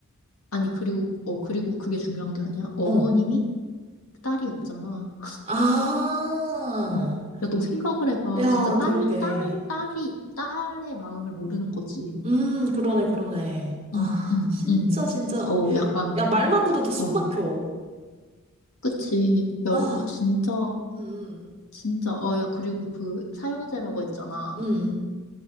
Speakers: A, on the left (about 70°); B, on the right (about 30°).
A: 아니 그리고 어 그리고 그게 중요한 게 아니야. 어머님이
B: 어.
A: 딸이 없잖아.
B: 아,
A: <laughs> 야, 너 생각을 해봐.
B: 야,
A: 진짜 딸,
B: 그러게.
A: 딸, 딸이 딸의 마음을 모르는 거지.
B: 음, 그러네, 그러네. 아,
A: 응, 응,
B: 진짜,
A: 응.
B: 진짜.
A: 어, 약간.
B: 야, 말만 들어도 숨
A: 어,
B: 막혀.
A: 그치. 야,
B: 아,
A: 어, 진짜,
B: 음,
A: 진짜. 어, 야, 그리고 그 사형제라고 했잖아.
B: 음, 음.